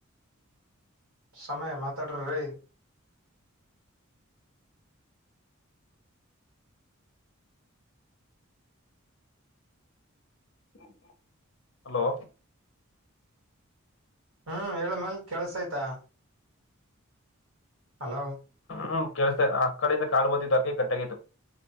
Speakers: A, on the right; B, on the left.
A: ಸಮಯ ಮಾತಾಡ್ರ ರೈ
B: ಹ್ಮ ಹಲೋ
A: ಹ್ಮ್ ಹೇಳ್ಮೇಾಲ ಕೆಲ್ಸ ಆಯ್ತಾ ಹಲೋ
B: ಹೂ ಕೇಳಸ ಆ ಕಡೆಯಿಂದ ಕಾ ಬತ್ತಿದ್ದತ್ತು ಅದಕ್ಕೆ ಗಟ್ಟಾಗಿತ್ತು